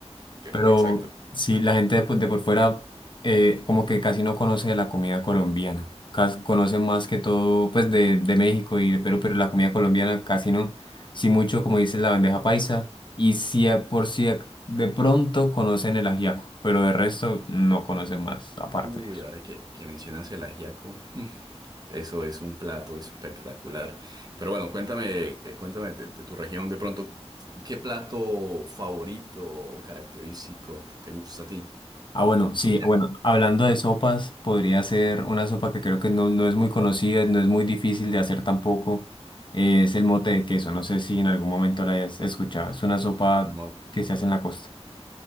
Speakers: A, on the right; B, on the left.
A: Que-
B: Pero
A: Exacto.
B: sí, la gente de, por de por fuera eh, como que casi no conoce de la comida colombiana. Cas- conoce más que todo pues de, de México y de Perú, pero la comida colombiana casi no. Sí mucho, como dices, la bandeja paisa. Y sí, a- por si ac- de pronto conocen el ajiaco, pero de resto no conocen más aparte.
A: Uy, ahora que, que mencionas el ajiaco, <laughs> mm, eso es un plato espectacular. Pero bueno, cuéntame, cuéntame de, de tu región de pronto, ¿qué plato favorito o característico te, te gusta a ti?
B: Ah, bueno, sí,
A: Y que
B: bueno, hablando de sopas, podría ser una sopa que creo que no, no es muy conocida, no es muy difícil de hacer tampoco. eh, es el mote de queso, no sé si en algún momento la hayas escuchado. Es una sopa
A: mo-
B: que se hace en la costa.